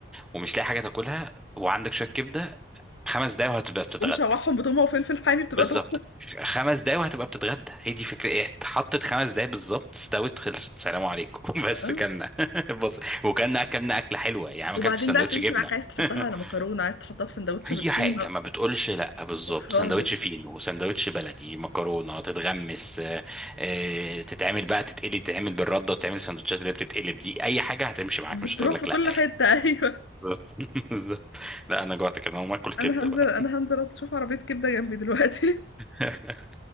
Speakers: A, in the centre; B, on the left.
A: ومش لاقي حاجه تاكلها وعندك شويه كبده خمس دقايق وهتبقى بتتغدى
B: ومشوحهم بتومه وفلفل حامي بتبقى
A: بالظبط
B: تحفه
A: خمس دقايق وهتبقى بتتغدى هي دي فكره ايه اتحطت خمس دقايق بالظبط استوت خلصت سلام عليكم <laughs> بس
B: اه
A: كلنا <laughs> بص وكلنا اكلنا اكله حلوه يعني ما
B: وبعدين
A: اكلتش سندوتش
B: بقى بتمشي
A: جبنه
B: معاك عايز تحطها
A: <laughs>
B: على مكرونه عايز تحطها في سندوتش
A: اي
B: بطحينه
A: حاجه ما بتقولش لا بالظبط
B: خالص
A: سندوتش فينو سندوتش بلدي مكرونه تتغمس آه، آه، تتعمل بقى تتقلي تتعمل بالرده وتتعمل السندوتشات اللي هي بتتقلب دي اي حاجه هتمشي معاك
B: بتروح
A: مش هتقول لك
B: في كل
A: لا يعني
B: حته <laughs> ايوه
A: بالظبط <laughs> بالظبط لا انا جوعت كده انا هقوم اكل كبده
B: انا هنزل
A: بقى
B: انا هنزل اشوف عربيه كبده جنبي دلوقتي
A: <laughs>